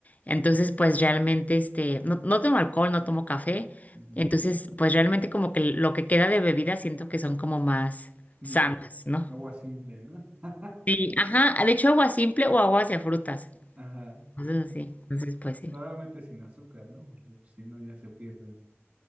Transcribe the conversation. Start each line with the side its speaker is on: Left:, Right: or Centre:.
Left: entonces pues realmente, este, no, no tomo alcohol, no tomo café,
Right: Ujú.
Left: entonces pues realmente como que lo que queda de bebida siento que son como más
Right: Mm,
Left: sanas, ¿no?
Right: Agua simple, ¿no? <laughs>
Left: Sí, ajá, de hecho agua simple o agua hacia frutas,
Right: Ajá.
Left: entonces sí, entonces pues sí.
Right: Probablemente sin azúcar, ¿no? Porque pues, si no ya se pierde.